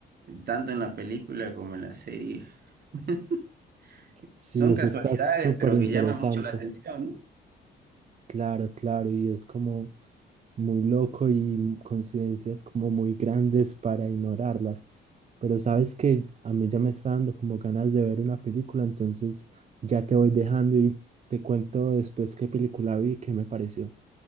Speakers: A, on the right; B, on the right.
A: tanto en la película como en la serie. <laughs>
B: sí,
A: Son
B: eso
A: casualidades,
B: está súper
A: pero
B: interesante.
A: que llaman mucho la atención, ¿no?
B: Claro, claro, y es como muy loco y coincidencias como muy grandes para ignorarlas. Pero sabes que a mí ya me está dando como ganas de ver una película, entonces ya te voy dejando y te cuento después qué película vi y qué me pareció.